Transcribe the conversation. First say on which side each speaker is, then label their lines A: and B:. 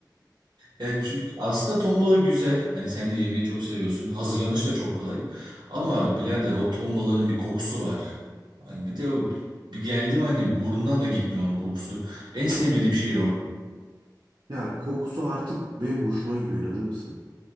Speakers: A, on the right (about 80°); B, on the right (about 65°).
A: Yani çünkü aslında ton balığı güzel. Hani sen de yemeği çok seviyorsun. Hazırlanış da çok kolay. Ama birader o ton balığının bir kokusu var. Hani bir de o bir geldim hani burnundan da gitmiyor onun kokusu. En sevmediğim şey o.
B: Ya kokusu artık benim hoşuma gidiyor inanır mısın?